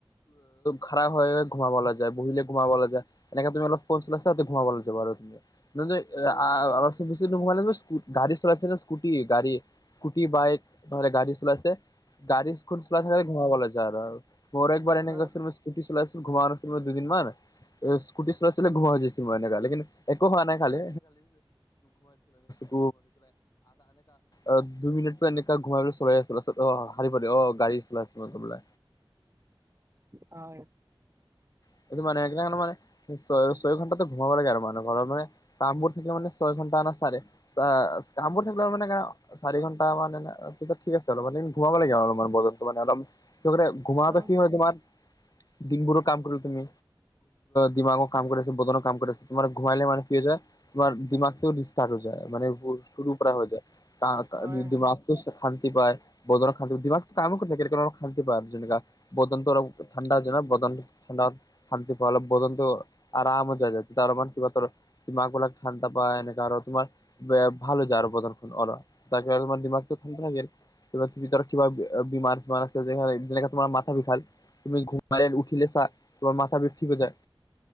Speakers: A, on the left (about 45°); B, on the right (about 30°).
A: খাৰাব হৈ ঘুমাব যায়, বহিলে ঘুমাব নাযায়। <unintelligible>
B: উম
A: চলাইছেনে স্কুটি, গাড়ী। স্কুটি, বাইক নহ'লে গাড়ী চলাইছে। গাড়ী, স্কুট চলাই চলাই আৰু। মোৰ একবাৰ এনেকুৱা
B: হয়
A: হৈছিল, স্কুটি চলাইছিলো, ঘোমা নাছিলো দুদিনমান! এ স্কুটি চলাই চলাই
B: উম
A: ঘোমাই
B: উম
A: হৈছো মই এনেকা, লেকিন একো হোৱা নাই খালি, <unintelligible> অ' দু-মিনিটতো এনেকে ঘুমাই লৈ চলাই আছিলো। অ' শাৰী পাতি অ', গাড়ী চলাই আছিলো বোলে।
B: হয়।
A: <unintelligible> ছয়-ছয় ঘন্টাটো ঘুমাব লাগে আৰু, মানে ঘৰৰ মান কামবোৰ থাকিলে মানে, ছয় ঘন্টা আনা চাৰে চা, কামবোৰ থাকিলে মানে <unintelligible> চাৰি ঘণ্টা মানে, তেতিয়া ঠিক আছে, অলপমান দিন ঘুমাব লাগে আৰু অলপমান বতৰটো মানে অলপ <unintelligible> ঘুমাওতে
B: উম
A: কি হয় তোমাৰ দিনবোৰৰ কাম কৰি তুমি দিমাগৰ কাম কৰি আছে, বদনৰ কাম কৰি আছা! তোমাৰ ঘুমাইলে মানে কি হৈ যায় তোমাৰ ডিমাগটোও ৰিষ্টাৰ্ট হৈ যায়। মানে চোৰুৰ পৰা হৈ যায়। <unintelligible>
B: হয় হয়
A: ডিমাগ শান্তি পায়, বদনৰ শান্তি, দিমাগটো কামেই কৰি থাকে ন? অলপ শান্তি পায় আৰু যেনেকা! বদনটো অলপ ঠাণ্ডা, যেনে বদন ঠাণ্ডা, শান্তি পোৱা অলপ বদনটো আৰামত যায় যায়। <unintelligible> ডিমাগবিলাক ঠাণ্ডা পায়, এনেকা আৰু তোমাৰ ভাল হৈ যায় আৰু বদন অলপ। তাৰপিছত অলপমান ডিমাগটো ঠিক থাকে। ভিতৰত কিবা বিমাৰ-চিমাৰ আছে, যেনেকে তোমাৰ মাথা বিষাল তুমি ঘুমাই উঠিলে চা তোমাৰ মাথা বিষ ঠিক হৈ যায়।